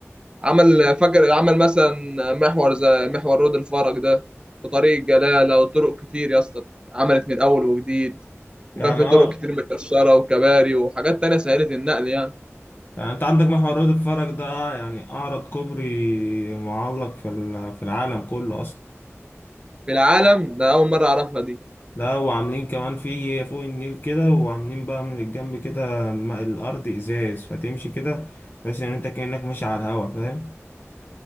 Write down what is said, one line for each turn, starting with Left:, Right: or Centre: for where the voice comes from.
Right: عمل فاكر عمل مثلا محور زي محور رود الفرج ده وطريق الجلالة وطرق كتير يا اسطى عملت من أول وجديد
Left: يعني
Right: وكان في
Left: اه
Right: طرق كتير متكسرة وكباري وحاجات تانية سهلت النقل يعني
Left: يعني انت عندك محور رياض الفرج ده يعني اعرض كوبري معلق في ال- في العالم كله اصلا
Right: في العالم ده أول مرة أعرفها دي
Left: لا وعاملين كمان في فوق النيل كده وعاملين بقى من الجنب كده الم- الأرض إزاز فتمشي كده تحس إن أنت كأنك ماشي على الهوا فاهم